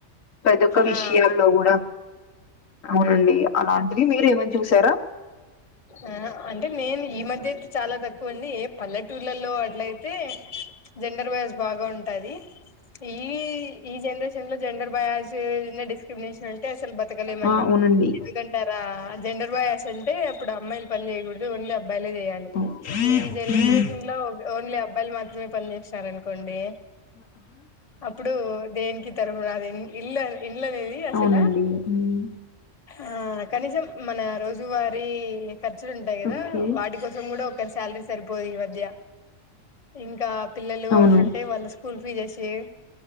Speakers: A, on the left; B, on the left.
A: ప్రతొక్క విషయాల్లో
B: ఆ
A: కూడా ఔనండి అలాంటి మీరేమన్న చూసారా
B: ఆ అంటే నేను ఈ మధ్యైతే చాలా తక్కువండి ఏ పల్లెటూరు ఊళ్ళలో అట్లైతే జెండర్ వైస్ బాగా ఉంటాది ఈ ఈ జెన్రేష జంగ్లో జెండర్ బయాజ్స్ డిస్క్రిమినేషనుంటే అసలు బతకలేమండి
A: ఆ అవునండి.
B: ఎందుకం టరా జెండర్ బాయాస్ అంటే అప్పుడు అమ్మాయిలు పని చేయకూడదు ఓన్లీ అబ్బాయిలే చేయాలి
A: అవు
B: ఈ జన్రేషన్
A: హ్మ్.
B: లో ఓన్లీ అబ్బాయిలు మాత్రమే పని చేష్నారనుకోండి అప్పుడు దేనికి తరంరాలే ఇళ్ళు ఇళ్ళనేది అసల
A: అవునండి. హ్మ్.
B: ఆ కనీసం మన రోజువారీ ఖర్చులుంటై కదా
A: ఓకే.
B: వాటి కోసం కూడా ఒకరి సాల్రీ సరిపోదు మధ్య ఇంకా పిల్లలు
A: అవును.
B: అట్లుంటే వాళ్ళ స్కూల్ ఫీజేసే